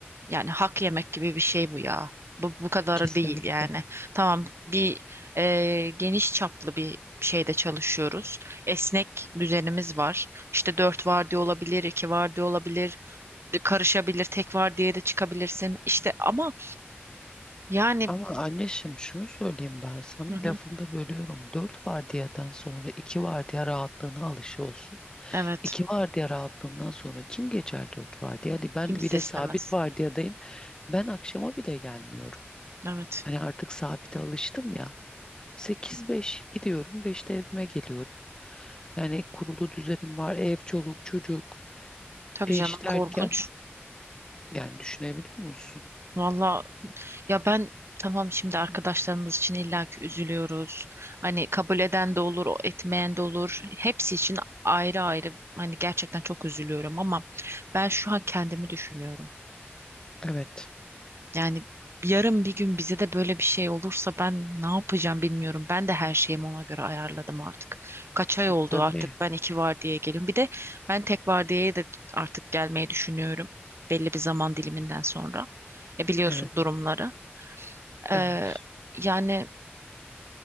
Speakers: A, on the right; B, on the left.
A: yani hak yemek gibi bir şey bu ya. Bu bu kadarı
B: Kesinlikle.
A: değil yani. Tamam bir e, geniş çaplı bir şeyde çalışıyoruz. Esnek düzenimiz var. İşte dört vardiya olabilir, iki vardiya olabilir, karışabilir, tek vardiyaya da çıkabilirsin. İşte ama yani
B: Ama anneşim şunu söyleyeyim ben sana
A: hı hı,
B: lafını da bölüyorum. Dört vardiyadan sonra iki vardiya rahatlığına alışı olsun.
A: evet
B: İki vardiya rahatlığından sonra kim geçer dört vardiya? Hani ben
A: kimse
B: bile
A: istemez.
B: sabit vardiyadayım. Ben akşama bile gelmiyorum.
A: Evet.
B: Hani artık sabite alıştım ya. sekiz beş gidiyorum. beşte evime geliyorum. Yani kurulu düzenim var. Ev, çoluk, çocuk,
A: Tabii
B: eş
A: canım
B: derken.
A: korkunç.
B: Yani düşünebiliyor musun?
A: Valla ya ben tamam şimdi arkadaşlarımız için illaki üzülüyoruz. Hani kabul eden de olur, o etmeyen de olur. Hepsi için ayrı ayrı hani gerçekten çok üzülüyorum ama ben şu an kendimi düşünüyorum.
B: Evet.
A: Yani yarın bir gün bize de böyle bir şey olursa ben ne yapacağım bilmiyorum. Ben de her şeyimi ona göre ayarladım artık. Kaç ay oldu
B: Tabii.
A: artık ben iki vardiyaya geliyorum. Bir de ben tek vardiyaya da artık gelmeyi düşünüyorum. Belli bir zaman diliminden sonra. E biliyorsun
B: Evet.
A: durumları. Ee,
B: Evet.
A: yani